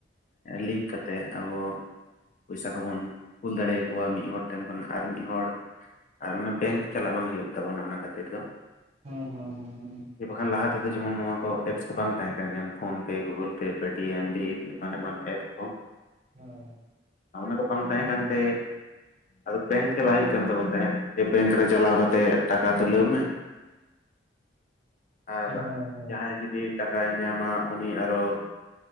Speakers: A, on the left; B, on the right.
A: ᱞᱤᱝᱠ ᱠᱟᱛᱮ ᱟᱵᱚ ᱯᱩᱭᱥᱟ ᱠᱚᱵᱚᱱ ᱠᱩᱞ ᱫᱟᱲᱮ ᱟᱠᱚᱣᱟ ᱢᱤᱫ ᱦᱚᱲ ᱴᱷᱮᱱ ᱠᱷᱚᱱ ᱟᱨ ᱢᱤᱫ ᱦᱚᱲ᱾ ᱟᱨ ᱚᱱᱟ ᱵᱮᱝᱠ ᱪᱟᱞᱟᱜ ᱵᱟᱝ ᱦᱩᱭᱩᱜ ᱛᱟᱵᱚᱱᱟ ᱚᱱᱟ ᱠᱷᱟᱹᱛᱤᱨ ᱫᱚ᱾
B: ᱦᱳᱭ ᱦᱳᱭ ᱦᱳᱭ ᱦᱳᱭ᱾
A: ᱡᱮ ᱵᱟᱠᱷᱟᱱ ᱞᱟᱦᱟ ᱛᱮᱫᱚ ᱡᱮᱢᱚᱱ ᱱᱚᱣᱟ ᱠᱚ ᱮᱯᱥ ᱠᱚ ᱵᱟᱝ ᱛᱟᱦᱮᱸ ᱠᱟᱱᱟ, ᱡᱮᱢᱚᱱ ᱯᱷᱳᱱ ᱯᱮ, ᱜᱩᱜᱚᱞ ᱯᱮ, ᱯᱮᱴᱤᱮᱢ ᱵᱷᱤᱢ, ᱮᱢᱟᱱ ᱮᱢᱟᱱ ᱮᱯ ᱠᱚ᱾
B: ᱦᱳᱭ᱾
A: ᱚᱱᱟ ᱠᱚ ᱵᱟᱝ ᱛᱟᱦᱮᱸ ᱠᱟᱱᱛᱮ ᱟᱫᱚ ᱵᱮᱝᱠ ᱪᱟᱞᱟᱣ ᱦᱩᱭᱩᱜ ᱠᱟᱱ ᱛᱟᱵᱚᱱ ᱛᱟᱦᱮᱸᱫ, ᱡᱮ ᱵᱮᱝᱠ ᱨᱮ ᱪᱟᱞᱟᱣ ᱠᱟᱛᱮᱫ ᱴᱟᱠᱟ ᱛᱩᱞᱟᱹᱣ ᱢᱮ᱾ ᱟᱨ
B: ᱦᱳᱭ ᱦᱳᱭ
A: ᱡᱟᱦᱟᱸᱭ ᱡᱩᱫᱤ ᱴᱟᱠᱟᱭ ᱧᱟᱢᱟ ᱩᱱᱤ ᱟᱨᱚ